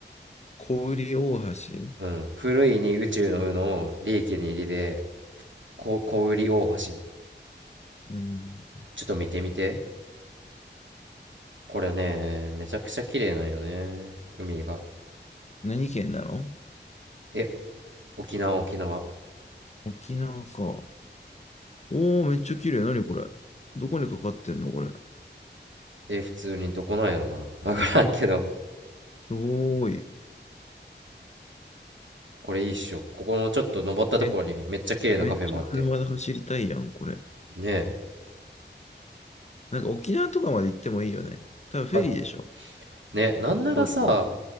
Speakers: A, on the left; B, on the right.
A: 小売大橋。
B: うん。古いに宇宙の「う」の利益に入りで、こ小売大橋。
A: うん。
B: ちょっと見てみて。これね、めちゃくちゃ綺麗なんよね。海が。
A: 何県なの
B: え、沖縄、沖縄。
A: 沖縄か。おー、めっちゃ綺麗。何これ。どこにかかってんのこれ。す
B: え、普通にどこなんやろな。わからんけど。
A: ごーい。
B: これいいっしょ。ここのちょっと登ったところにめっちゃ綺麗なカフェもあって。
A: え、めっちゃ車で走りたいやん、これ。
B: ねえ。
A: なんか沖縄とかまで行ってもいいよね。多分フェリーでしょ
B: ま、ね、なんならさ、
A: 福岡だ。